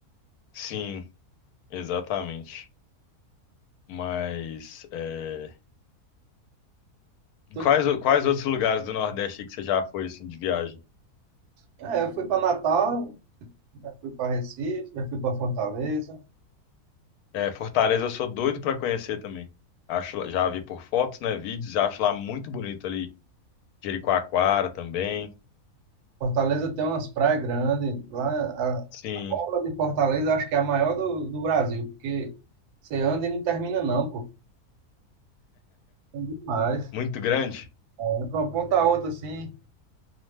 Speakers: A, on the left; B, on the right.
A: Sim, exatamente. Mas é,
B: Tô-
A: quais, o- quais outros lugares do Nordeste aí que você já foi assim de viagem?
B: é, eu fui para Natal, já fui para Recife, já fui para Fortaleza.
A: É, Fortaleza eu sou doido pra conhecer também. Acho, lá- já vi por fotos, né, vídeos, acho lá muito bonito ali. Jericoacoara também.
B: Fortaleza tem umas praias grandes. Lá, a
A: Sim,
B: a orla de Fortaleza acho que é a maior do, do Brasil, porque você anda e não termina, não, pô. É demais.
A: muito grande.
B: É De uma ponta a outra, assim.